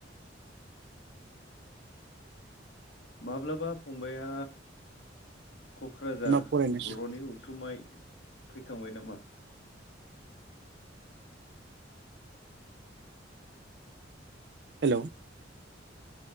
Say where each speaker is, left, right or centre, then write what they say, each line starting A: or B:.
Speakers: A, on the left (about 75°); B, on the right (about 65°).
A: माब्लाबा फंबाइया कक्राझार
B: मा फरायनायसो
A: बरनि उथुमाय फै खांबाय नामा
B: हेलौ